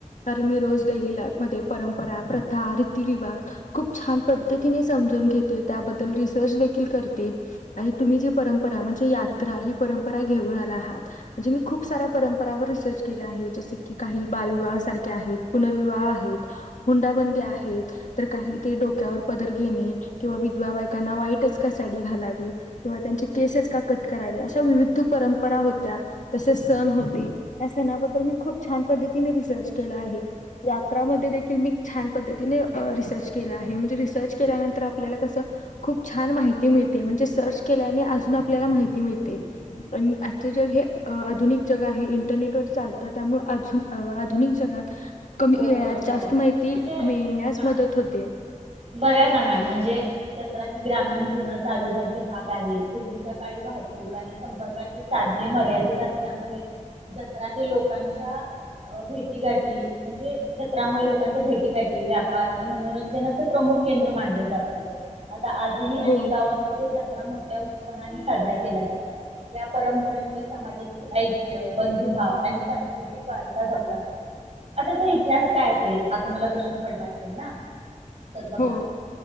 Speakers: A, on the left (about 70°); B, on the right (about 50°).
A: कारण मी रोज डेली लाईफमध्येध्ये परंपरा प्रथा, रीतीरिवाज खूप छान पद्धतीने समजून घेते, त्याबद्दल रिसर्च देखील करते. आणि तुम्ही जी परंपरा म्हणजे यात्रा ही परंपरा घेऊन आला आहात. म्हणजे मी खूप साऱ्या परंपरा रिसर्च केले आहे जस की, काही बालविवाह सारखे आहेत पुनर्विवाह आहेत. हुंडाबंदी आहेत तर काही ते डोक्यावर पदर घेणे किंवा विधवा बायकांना वाईटच कस साडी घालवी किंवा त्यांचे केसच का कट करावे. अश्या विविध परंपरा होत्या. तसे सन होते. ह्या सणाबद्दल मी खूप छान पद्तीने रिसर्च केला आहे. यात्रामध्ये देखील मी छान पद्धतीने रिसर्च केला आहे. म्हणजे रिसर्च केल्यानंतर आपल्याला कसं खूप छान माहिती मि मिळते, म्हणजे सर्च केल्याने आपल्याला आजुन आपल्याला माहिती मिळते. पण आजच जग हे आधुनिक जग आहे इंरनेटवर चालत. त्यामुळे आजुन आधुनिक जगात कमी
B: हो
A: वेळात
B: बरोबर
A: जास्त
B: आहे.
A: माहिती
B: म्हणजे
A: मिळण्यास
B: हा
A: मदत होते.
B: बघाय ना मॅम म्हणजे जत्रा ग्रामीण जीवनाचा अविभाज्य भाग आहे. पूर्वीच्या का वाहतूक आणि संपर्काचे साधने मर्यादित असल्यामुळे जत्रा हे लोकांच्या भेटी गाटी म्हणजे जत्रामुळे लोकांच्या भेटीघाटी व्यापार आणि मनोरंजनाचं प्रमुख केंद्र मानलं जात होतं. आता आजही अनेक
A: हो
B: गावांमध्ये ज जत्रा मोठ्या उत्साहाने साजऱ्या केल्या जातात. या परंपरेमुळे समाजातील ऐक्य, बंधु भाव आणि सांस्कृतिक वारसा जपला जातो. आताचा इतिहास काय असेल हा तुम्हाला प्रश्न पडला असेल ना? तर बघा
A: हो